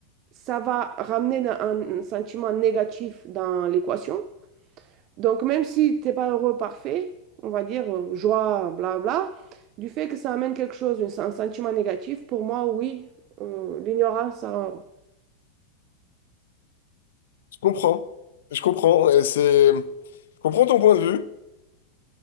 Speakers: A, on the right; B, on the left.
A: ça va ramener un, un sentiment négatif dans l'équation. Donc, même si t'es pas heureux, parfait, on va dire euh, joie, bla bla, du fait que ça amène quelque chose, un, sen- sentiment négatif, pour moi, oui, euh, l'ignorance ça rend heureux.
B: je comprends. Je comprends. Et c'est... Je comprends ton point de vue.